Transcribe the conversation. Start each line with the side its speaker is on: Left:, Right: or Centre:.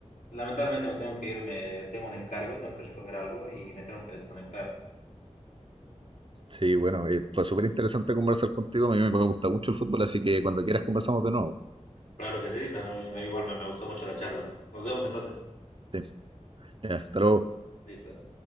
Left: lamentablemente me tengo que ir, me, tengo un encargo, tengo que recoger algo y me tengo que desconectar.
Right: Sí, bueno, eh, fue súper interesante conversar contigo. A mí me gusta mucho el fútbol, así que cuando quieras conversamos de nuevo.
Left: Claro que sí, para mí- mí igual me, me gustó mucho la charla. Nos vemos entonces.
Right: Sí, ya, hasta luego.
Left: Listo.